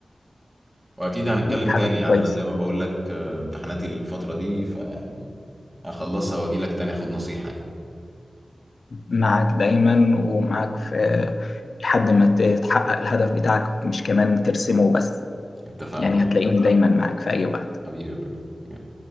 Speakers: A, on the right; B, on the left.
A: واكيد هنتكلم
B: دي حاجه
A: تاني يعني
B: كويسه
A: انا زي ما بقول لك آه، امتحاناتي الفترة دي فيعني هخلصها واجي لك تاني اخد نصيحة يعني
B: معاك دايما ومعاك في لحد ما تتحقق الهدف بتاعك مش كمان ترسمه بس
A: اتفقنا
B: يعني
A: خلاص.
B: هتلاقيني دايما معاك في أي وقت
A: حبيبي يا برو